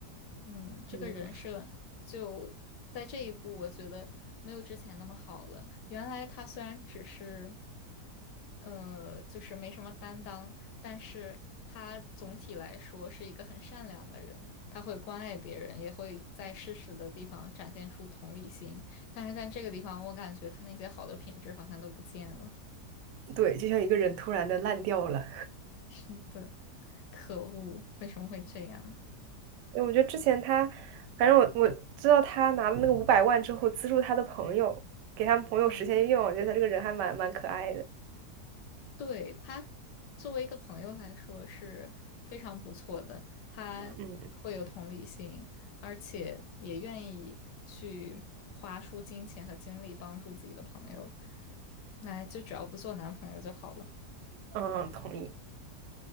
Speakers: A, on the left; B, on the right.
A: 嗯，这个人设就在这一步，
B: 嗯，
A: 我觉得没有之前那么好了。原来他虽然只是，呃，就是没什么担当，但是他总体来说是一个很善良的人，他会关爱别人，也会在适时的地方展现出同理心。但是在这个地方，我感觉他那些好的品质好像都不见了。
B: 对，就像一个人突然的烂掉了。
A: <laughs> 是的，可恶，为什么会这样？
B: 对，我觉得之前他，反正我我知道他拿了那个五百万之后，资助他的朋友，给他们朋友实现愿望，
A: 嗯，
B: 我觉得他这个人还蛮蛮可爱的。
A: 对，他作为一个朋友来说是非常不错的，他会有同理心，
B: 嗯
A: 而且也愿意去花出金钱和精力帮助自己的朋友。来，就只要不做男朋友就好了。
B: 嗯，同意。